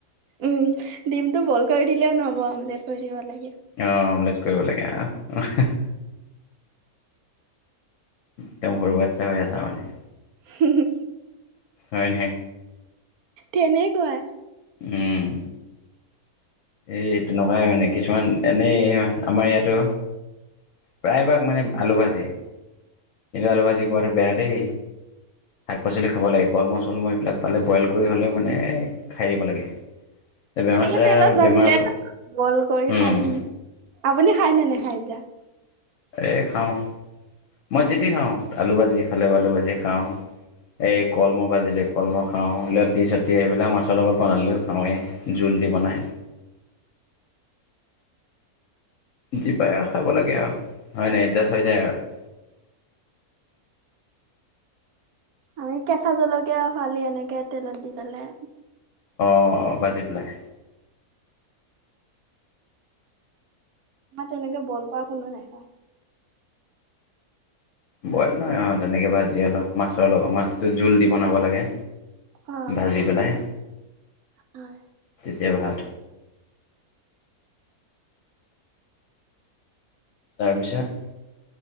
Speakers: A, on the right; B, on the left.
A: উম, ডিমটো বইল কৰি দিলেও নহ'ব, আমলেট কৰি দিব লাগে।
B: আহ অমলেট কৰিব লাগে আহ একদম সৰু বাচ্ছা হৈ আছা মানে।
A: হো হো
B: অইন হে
A: তেনেকুৱাই
B: উম। এই তেনেকুৱাই মানে কিছুমান এনেই আমাৰ ইয়াতো প্ৰায় ভাগ মানে আলু ভাজে কিন্তু আলু ভাজি খোৱাটো বেয়া দেই শাক পাচলি খাব লাগে কলমো চলমো এইবিলাক পালে বইল কৰি হ'লেও মানে খাই দিব লাগে। <inaudible>
A: এনেকে
B: চেমাৰ
A: তেলত ভাজিলে
B: বেমাৰবোৰ
A: বইল কৰি
B: উম
A: খাব। আপুনি খাইনে নে এইবিলাক?
B: এ খাওঁ মই যিতি খাওঁ আলু ভাজি খালেও আলু ভাজিয়ে খাওঁ। এই কলমো ভাজিলে কলমো খাওঁ লতি চতি এইবিলাক মাছৰ লগত বনালেও খাৱে জোল কিদি বনায়? যি পাই আৰু খাব লাগে আৰু হয় নাই, এডজাষ্ট হৈ যায় আৰু। <inaudible>
A: আমি কেঁচা জলকীয়া ফালি এনেকে তেলত দি পেলাই।
B: আহ, বাজি
A: তেনেকে
B: পেলাই।
A: আমাৰ তেনেকে বইল কৰা কোনো নাখাই।
B: বইল নহয়। অ' তেনেকে ভাজি অলপ মাছৰ লগত, মাছটো জুল দি বনাব লাগে।
A: অ',
B: ভাজি পেলাই
A: হয়।
B: তেতিয়া ভাল। তাৰপিছত?